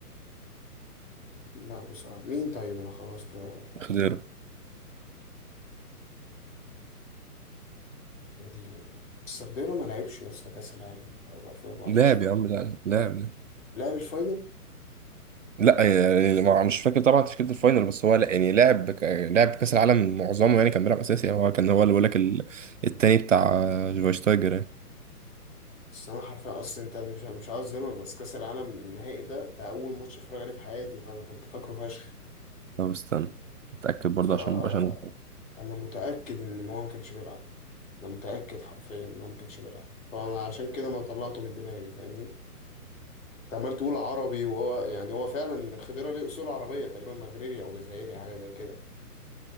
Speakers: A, on the left; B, on the right.
A: لا بصراحه مين طيب انا خلاص كده
B: خضيره
A: يا ديني بس خضيره ما لعبش يا اسطى كاس العالم 2014
B: لاعب يا عم لا لاعب
A: لعب الفاينل
B: لا يعني ما- مش فاكر طبعا تشكيله الفاينل بس هو لا يعني لعب ك- لعب كاس العالم معظمه يعني كان بيلعب اساسي يعني هو كان هو اللي بقول لك ال- التاني بتاع شفايشتايجر يعني
A: بس انا حرفيا اصلا انت مش مش عاوز اظلمك بس كاس العالم النهائي ده ده اول ماتش اتفرج عليه في حياتي فانا كنت فاكره فشخ
B: طب استنى اتاكد برضه
A: فانا
B: عشان مبقاش انا
A: متاكد ان هو ما كانش بيلعب انا متاكد حرفيا ان هو ما كانش بيلعب فانا عشان كده ما طلعته من دماغي فاهمني انت عمال تقول عربي وهو يعني هو فعلا خضيره ليه اصول عربيه تقريبا مغربي او جزائري حاجه زي كده